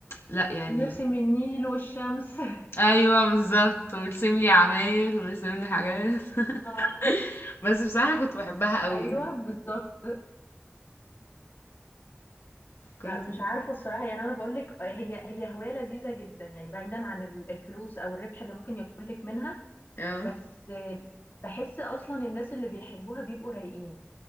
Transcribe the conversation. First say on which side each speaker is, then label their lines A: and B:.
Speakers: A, on the left; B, on the left.
A: لا يعني
B: ونرسم النيل والشمس <laughs>
A: ايوه بالظبط ويرسم لي عماير ويرسم لي حاجات
B: اه
A: <laughs> بس بصراحة كنت بحبها قوي
B: ايوه بالظبط لا
A: كنت
B: مش عارفة الصراحة يعني انا بقول لك هي هي هواية لذيذة جدا يعني بعيدا عن ال- الفلوس او الربح اللي ممكن يدخل لك منها
A: اه
B: بس آه، بحس اصلا الناس اللي بيحبوها بيبقوا رايقين